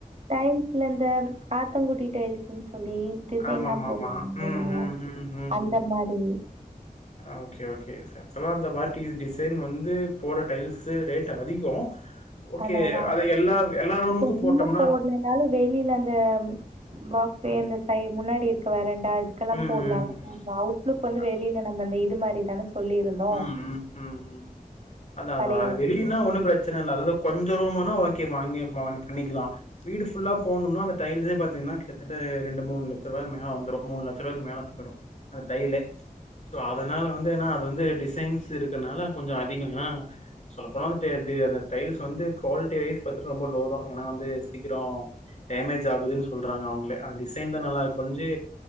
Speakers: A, on the right (about 50°); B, on the left (about 50°).
A: டைல்ஸ்ல இந்த ஆத்தங்குடி டைல்ஸ்னு சொல்லி டிசைன்
B: ஆமாமாமா.
A: எல்லா போடுறோம்ல்ல
B: ம், ம், ம், ம்,
A: அந்த
B: ம்.
A: மாரி
B: ஆ ஓகே ஓகே ஆக்சுவலா அந்த பார்ட்டி டிசைன் வந்து போட டைல்ஸ் ரேட் அதிகோ ஓகே
A: அதா அதா
B: அது எல்லா எல்லா ரூமுக்கும்
A: சும்மா
B: போட்டோம்னா
A: போனேனாலே வெளில அந்த பஃப்வே
B: ம்.
A: அந்த சை முன்னாடி இருக் வரன் நா இதுக்கெல்லா
B: ம், ம்,
A: போடல <inaudible>
B: ம்.
A: அவுட்லுக் வந்து
B: அ
A: வெளில நம்ம இந்த இது இது மாரி தான சொல்லியிருந்தோ
B: ம் ம் ம் ம் அதா அதா
A: பழைய
B: அது வெளியன்னா ஒண்ணு பிரச்சன இல்ல அததா கொஞ்சோ ரூம்ன்னா ஓகே மா இங்கயே வாங்கி பண்ணிக்கலா வீடு ஃபுல்லா போடனும்னா அந்த டைல்ஸே பாத்தீங்கன்னா கிட்டதட்ட ரெண்டு மூணு லட்ச ரூவாக்கு மேல வந்துரு மூணு லட்ச ரூவாக்கு மேல போயிடு அந்த டைலு சோ அதனால வந்து ஏன்னா அது வந்து டிசைன்ஸ் இருக்கனால கொஞ்சோ அதிகோ ஏன்னா சொல்ல போன அந்த டே டே அந்த டைல்ஸ் வந்து குவாலிட்டி வைஸ் பாத்தா ரொம்ப லோ தா ஏன்னா வந்து சீக்கிரோ டேமேஜ் ஆகுதுன்னு சொல்றாங்க அவுங்களே அந்த டிசைன் தா நல்லா இருக்கொஞ்சி